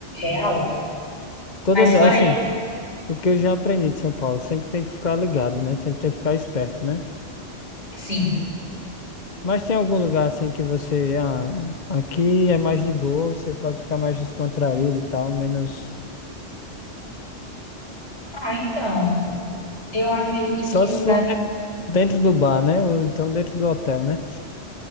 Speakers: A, on the left (about 75°); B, on the left (about 40°).
A: real.
B: Toda
A: Mas
B: vez,
A: fora
B: assim,
A: aí,
B: o que eu já aprendi de São Paulo, sempre tem que ficar ligado, né? Sempre tem que ficar esperto, né?
A: sim.
B: Mas tem algum lugar assim que você, ah, aqui é mais de boa, você pode ficar mais descontraído e tal, menos.
A: Ah, então, eu acredito
B: Só
A: que
B: se
A: no
B: for den- dentro do bar, né? Ou então dentro do hotel, né?